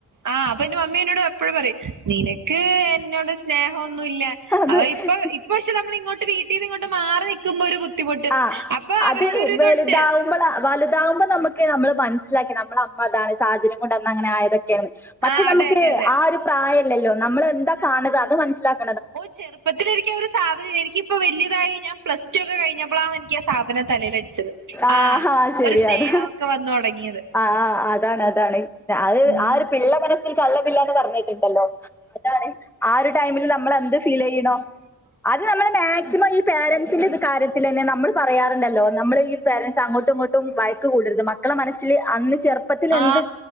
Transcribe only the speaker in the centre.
അത്
ആ
അതെ
വലുതാവുമ്പോളാ. വലുതാവുമ്പോൾ നമ്മ നമ്മള് മനസ്സിലാക്കി നമ്മള അമ്മ അതാണ്. സാഹചര്യം കൊണ്ട് അന്ന് അങ്ങനെ ആയതൊക്കെയാണ്. മറ്റേ
നമുക്ക്
ആ ഒരു പ്രായല്ലല്ലോ നമ്മള് എന്താ കാണുക അത് മനസ്സിലാക്ക
ആഹ
അത് ശരിയാണ്
ആ ആ അതാണ് അതാണ് അത്
ആ ഒരു പിള്ള മന സ്സിൽ കളങ്കമില്ല എന്ന് പറഞ്ഞിട്ടുണ്ടല്ലോ അതാണ് ആ ഒരു ടൈമിൽ നമ്മൾ എന്ത് ഫീൽ ചെയ്യണോ അത് നമ്മള് മാക്സിമം ഈ പേരൻറ്സിന്റെ ഇത് കാര്യത്തിൽ തന്നെ നമ്മള് പറയാറുണ്ടല്ലോ നമ്മള് ഈ പേരൻ്റ്സ് അങ്ങോട്ടും ഇങ്ങോട്ടും വഴക്ക് കൂടരുത് മക്കളെ മനസ്സില് അന്ന് ചെറുപ്പത്തിൽ
എന്ത്